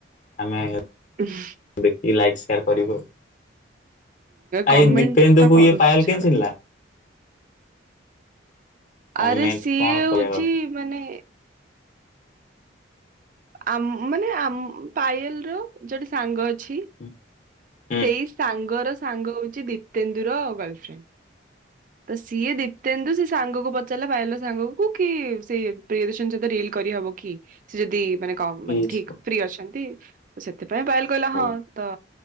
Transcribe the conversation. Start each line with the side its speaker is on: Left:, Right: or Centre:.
Left: ଆମେ
Right: ହୁଁ।
Left: ଦେଖିକି ଲାଇକ୍ ସେୟାର କରିବୁ ଆଉ। ଆ
Right: କମେଣ୍ଟ
Left: ଏ ଦିପେନ୍ଦୁକୁ
Right: ତ କରୁଛି
Left: ଇଏ ପାଏଲ
Right: ଛାଡ
Left: କେମିତି ଚିହ୍ନିଲା? କମେଣ୍ଟ
Right: ଆରେ ସିଏ
Left: କଣ କହିବା
Right: ହଉଛି
Left: କଥା।
Right: ମାନେ। ଆମ ମାନେ ଆମ ପାଏଲର ଜଣେ ସାଙ୍ଗ ଅଛି।
Left: ହୁଁ।
Right: ସେଇ ସାଙ୍ଗ ର ସାଙ୍ଗ ହଉଛି ଦୀପେନ୍ଦୁର ଗର୍ଲଫ୍ରେଣ୍ଡ। ତ ସିଏ ଦୀପ୍ତେନ୍ଦୁ ସେ ସାଙ୍ଗକୁ ପଚାରିଲା ପାଏଲର ସାଙ୍ଗକୁ କି ସେ ପ୍ରିୟଦର୍ଶନୀ ସହିତ ରିଲ୍ କରିହବ କି ସେ ଯଦି ମାନେ କ ମାନେ
Left: ଇସ
Right: ଠିକ ଫ୍ରି ଅଛନ୍ତି, ସେଥିପାଇଁ ପାଏଲ କହିଲ
Left: ଓ
Right: ହଁ ତ